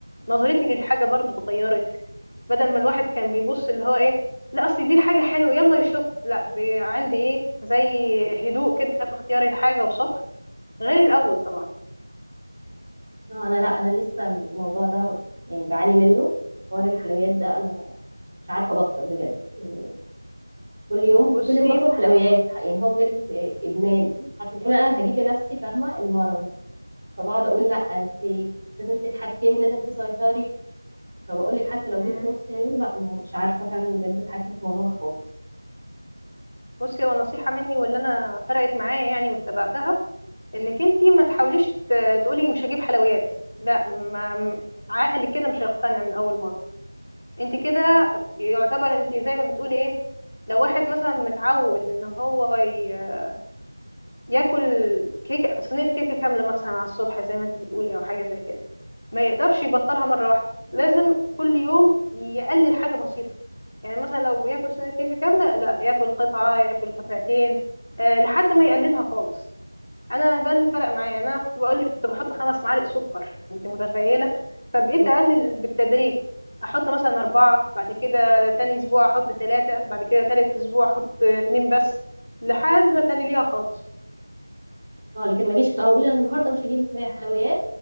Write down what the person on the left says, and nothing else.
نظرتي للحاجة برضو اتغيرت بدل ما الواحد كان بيبص اللي هو ايه لا اصل دي الحاجة حلوة يلا يشوف لا بي- عندي ايه زي هدوء كده في اختياري الحاجة وصبر غير الاول طبعا
بصي
مم.
بصي هو نصيحة مني واللي انا فرقت معايا يعني واتبعتها انك انتي ما تحاوليش ت- تقولي مش هجيب حلويات لا ما عقلك كده مش هيقتنع من اول مرة انتي كده يعتبر انتي زي ما بتقولي ايه لو واحد مثلا متعود ان هو ي- ياكل كيكة صينية كيكة كاملة مثلا على الصبح زي ما انتي بتقولي او حاجة زي كده ما يقدرش يبطلها مرة واحدة لازم كل يوم يقلل حاجة بسيطة يعني مثلا لو بياكل سنة كيكة كاملة لا ياكل قطعة ياكل قطعتين أه لحد ما يقللها خالص انا ده اللي فرق معايا يعني انا كنت بقول لك كنت بحط خمس معالق سكر انت متخيلة فبقيت
اقلل بالتدريج احط مثلا اربعة بعد كده تاني اسبوع احط ثلاثة بعد كده تالت اسبوع احط اتنين بس لحد ما تقلليها خالص